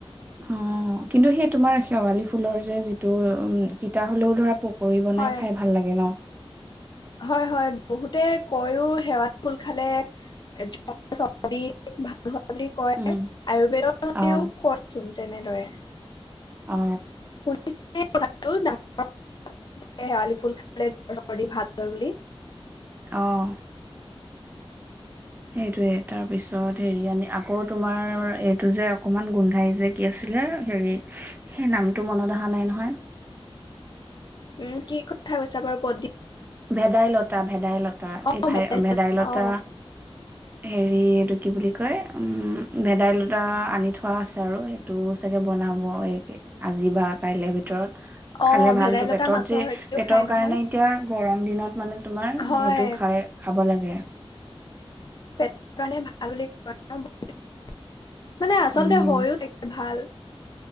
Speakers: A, on the right; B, on the left.
A: অ, কিন্তু সেই তোমাৰ শেৱালি ফুলৰ যে যিটো উম তিতা হলেও ধৰা পু কৰি বনাই
B: হয়
A: খাই ভাল লাগে ন।
B: হয়, হয় বহুতে কইয়ো শেৱালি ফুল খালে জ্বৰ, চৰ্দি ভাল বুলি কয়
A: উম,
B: আয়ুৰ্বেদৰ <unintelligible>
A: অ',
B: কয় চোন। তেনেদৰে
A: অ
B: শুনি ক ডাঙৰ শেৱালি ফুল খালে সৰ্দি ভাল হয় বুলি
A: আহ সেইটোৱে তাৰপিছত হেৰি আনি আকৌ তোমাৰ এইটো যে অকমান গোন্ধাই যে কি আছিলে হেৰি সেই নামটো মনত অহা নাই নহয়
B: উম কি কথা কৈছা বাৰু প
A: ভেদাইলতা ভেদাইলতা
B: অ
A: এই ভ ভেদাইলতা
B: অ
A: হেৰি এইটো কি বুলি কয় উম ভেদাইলতা আনি থোৱা আছে আৰু সেইটো চাগে বনাব এইে আজি বা কাইলে ভিতৰত ভিতৰত
B: অ
A: খালে ভালতটো
B: ভেদাইলতা
A: পেটত
B: মাছৰ
A: যে
B: সৈতেও
A: পেটৰ
B: খাই নহয়
A: কাৰণে এতিয়া গৰম দিনত। মানে তোমাৰ
B: হয়
A: সেইটো খাই খাব লাগে। হে
B: পেটৰ কাৰণে ভাল বুলি কয় বহোঁতে মানে আচলতে
A: উম
B: হয়ওে ভাল।